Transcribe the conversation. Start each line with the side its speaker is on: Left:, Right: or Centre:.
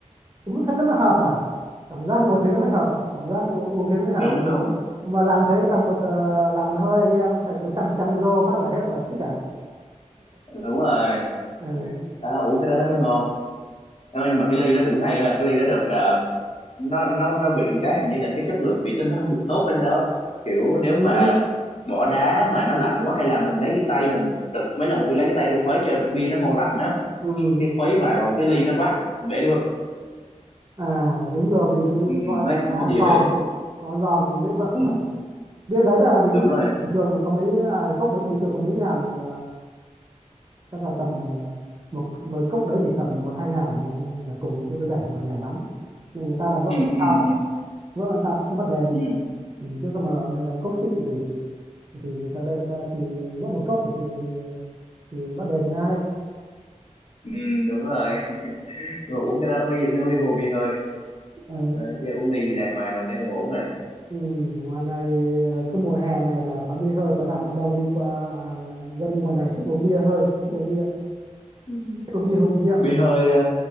Right: đúng thêm nó mới hợp à cảm giác ngồi thế nó mới hợp à cảm giác u- uống thế nó mới hợp
Left: đúng đúng
Right: mà làm thế cầm một ờ, làm một hơi anh em cạch 100% rô phát là hết là thích à
Left: đúng rồi
Right: ừ.
Left: Đó, uống cái đó nó mới ngon Đó, nhưng mà cái ly đó cũng hay ha cái ly đó được là nó nó nó bị cái hình như là cái chất lượng thủy tinh nó không được tốt hay sao á. kiểu nếu
Right: Ừ.
Left: mà bỏ đá mà nó lạnh quá hay là mình lấy tay mình đợt mấy lần tôi lấy cái tay tôi khuấy cho bia nó mau lạnh á
Right: ừ.
Left: cái khuấy vài vòng cái ly nó toát bể cái bụp
Right: à đúng rồi vì nó mới
Left: ừ,
Right: gọi
Left: nó
Right: là nó
Left: nó dễ
Right: giòn
Left: bể
Right: nó giòn dễ vỡ
Left: ừ,
Right: mà bia đấy là bình,
Left: đúng rồi
Right: bình thường có mấy à, cốc đấy bình thường có mấy ngàn mà, chắc là tầm ờ, một một cốc đấy chỉ tầm một hai ngàn là là cùng chứ nó rẻ mà rẻ lắm nên người ta là vỡ
Left: ừ,
Right: chẳng
Left: ừ,
Right: sao
Left: ừ,
Right: cả vỡ người ta không bật đèn
Left: ừ,
Right: ừ. chứ còn mà ờ, cốc xịn thì thì người ta đây thì vỡ một cốc thì thì, thì bắt đèn ngay
Left: ừ, đúng rồi nhưng mà uống cái đó nó mới nó mới vô bia hơi
Right: Ừ,
Left: Đấy, chứ uống ly đàng hoàng là sẽ không ổn rồi
Right: ừ, ngoài này ờ, cứ mùa hè này là quán bia hơi quán nào cũng đông đi qua à, dân ngoài này thích uống bia hơi thích uống bia
Left: Ừ.
Right: thích uống bia hùng rượu
Left: bia hơi ờ,